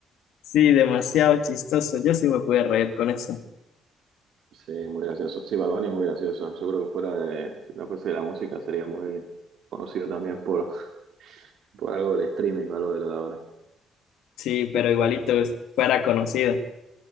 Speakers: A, on the left; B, on the right.
A: Sí, demasiado chistoso, yo sí me pude reír con eso.
B: Sí, muy gracioso. Sí, Bad Bunny es muy gracioso. Yo creo que fuera de, si no fuese de la música, sería muy conocido también por, <laughs> por algo del streaming o algo de lo de ahora.
A: Sí, pero igualito pues, fuera conocido.